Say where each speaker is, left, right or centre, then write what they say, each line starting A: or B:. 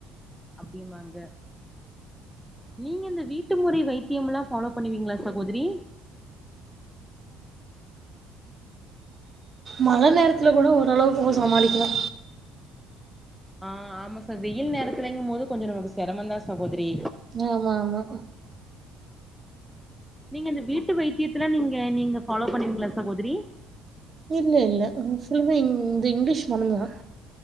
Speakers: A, in the centre; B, on the right.
A: அப்டிமாங்க நீங்க இந்த வீட்டு முறை வைத்தியமெல்லா ஃபாலோ பண்ணுவீங்களா சகோதரி
B: மழ நேரத்துல கூட ஓரளவுக்கு போ சமாளிக்கலா
A: ஆ ஆமா சாகோதிரி வெயில் நேரத்துலங்கு போது கொஞ்ச நமக்கு செரமந்தா சகோதரி
B: ஆமா ஆமா
A: நீங்க இந்த வீட்டு வைத்தியத்துல நீங்க நீங்க ஃபாலோ பண்ணிவீங்களா சகோதரி
B: இல்ல இல்ல ஃபுல்லுமே இந்த இங்கிலீஷ் மருந்துதா